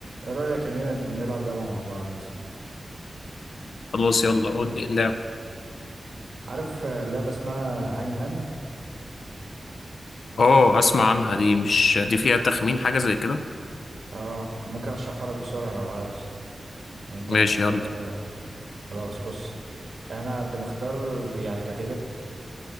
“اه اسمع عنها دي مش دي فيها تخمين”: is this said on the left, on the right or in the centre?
Left